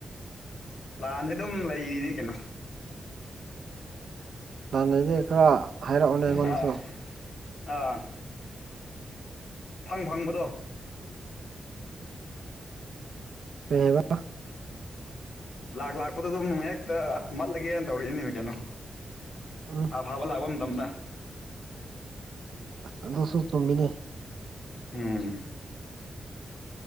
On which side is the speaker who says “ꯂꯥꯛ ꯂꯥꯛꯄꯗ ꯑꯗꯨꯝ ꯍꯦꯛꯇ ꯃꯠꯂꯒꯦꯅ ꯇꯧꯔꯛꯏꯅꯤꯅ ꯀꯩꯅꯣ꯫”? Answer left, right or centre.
Left